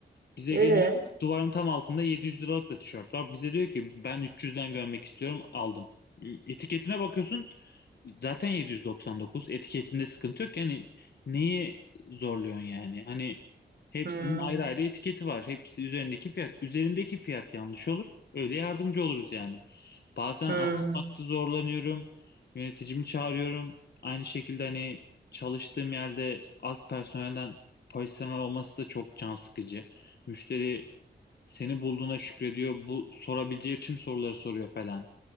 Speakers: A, on the left; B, on the right.
A: Bize
B: E.
A: geliyor duvarın tam altında 700 liralık da tişört var. Bize diyor ki ben 300'den görmek istiyorum aldım. E, Etiketine bakıyorsun zaten 799 etiketinde sıkıntı yok. Yani neyi zorluyorsun yani? Hani hepsinin
B: Hı.
A: ayrı ayrı etiketi var. Hepsi üzerindeki fiyat. Üzerindeki fiyat yanlış olur. Öyle yardımcı oluruz yani. Bazen anlatmakta
B: Hı.
A: zorlanıyorum. Yöneticimi çağırıyorum. Aynı şekilde hani çalıştığım yerde az personelden personel olması da çok can sıkıcı. Müşteri seni bulduğuna şükrediyor. Bu sorabileceği tüm soruları soruyor falan.